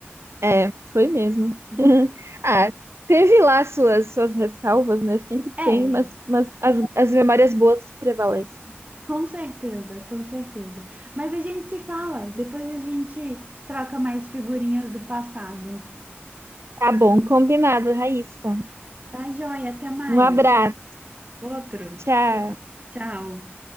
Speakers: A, on the right; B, on the right.
A: É, foi mesmo. <laughs>
B: Uhum.
A: Ah, teve lá suas, suas ressalvas, né? Sempre
B: É,
A: tem, mas, mas as, as memórias boas prevalecem.
B: com certeza, com certeza. Mas a gente se fala, depois a gente troca mais figurinhas do passado.
A: Tá bom, combinado, Raíssa.
B: Tá joia, até mais.
A: Um abraço,
B: Outro.
A: tchau.
B: Tchau.